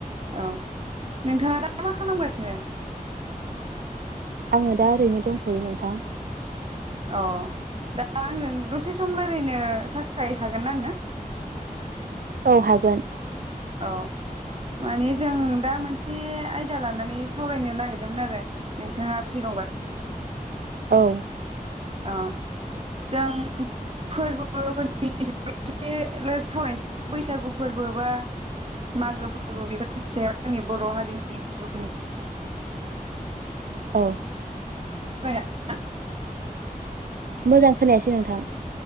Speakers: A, on the right; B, on the right.
A: औ नोंथाङा दा मा खालामगासिनो?
B: आङो दा ओरैनो दंथ'यो नोंथां ।
A: अ दा आङो दसे सम रायलायनो थाखाय हागोन ना नोङो?
B: औ हागोन
A: औ माने जों दा मोन से आयदा लानानै सावरायनो नागिर दोंमोन आरो नोंथाङा फ्रि दंबा
B: औ
A: अ जों फोरबो फोर नि सायाव एसे राय-सावरायनो बैसागु फोरबो बा मागो फोरबो बेफोरनि सायाव जोंनि बर' हारिनि फोरबोफोरनि सायाव
B: औ
A: सावराय जागोनना?
B: मोजां खोनायासै नोंथां